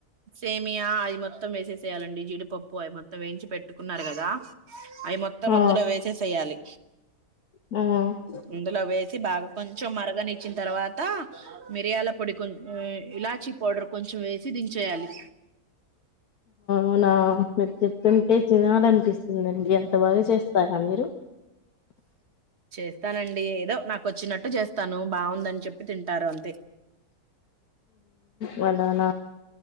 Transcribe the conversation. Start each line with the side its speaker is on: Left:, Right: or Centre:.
Right: సేమీయా అది మొత్తం ఏసేసి చేయాలండి జీడిపప్పు అవి మొత్తం వేయించి పెట్టుకున్నారు కదా అవి మొత్తం
Left: ఆ
Right: అందులో వేసేసయాలి
Left: మ్మ్
Right: ఇందులో వేసి బాగా కొంచెం మరగనిచ్చిన తర్వాత మిరియాల పొడి కొ ఇలాచి పౌడర్ కొంచెం వేసి దించేయాలి
Left: ఔనా తంటేజ అనిపిస్తుందిండి ఎంత బాగా చేస్తారా మీరు
Right: చేస్తానండి ఏదో నాకు వచ్చినట్టు చేస్తాను బాగుందని చెప్పి తింటారు అంతే
Left: వండాల